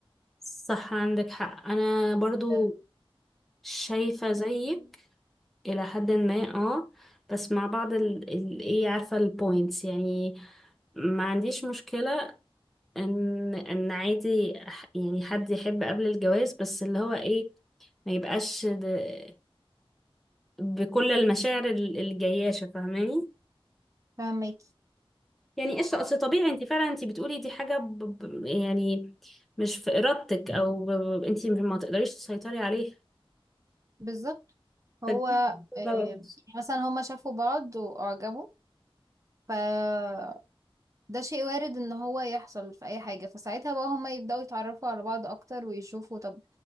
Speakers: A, in the centre; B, on the right.
A: صح عندك حق انا برضو
B: آه،
A: شايفة زيك الى حد ما اه بس مع بعض ال ال ايه عارفة البوينتس يعني ما عنديش مشكلة ان ان عادي أح- يعني حد يحب قبل الجواز بس اللي هو ايه ما يبقاش د- بكل المشاعر ال- الجياشة فاهماني
B: فاهماكي
A: يعني قشطة اصل طبيعي انت فعلا انت بتقولي دي حاجة ب... ب... يعني مش في ارادتك او ب... ب... انت ما تقدريش تسيطري عليها
B: بالظبط هو
A: فدي
B: آه، يعني
A: غلط
B: مثلا هما شافوا بعض وأعجبوا فده شيء وارد ان هو يحصل في اي حاجة فساعتها بقى هما يبدأوا يتعرفوا على بعض اكتر ويشوفوا طب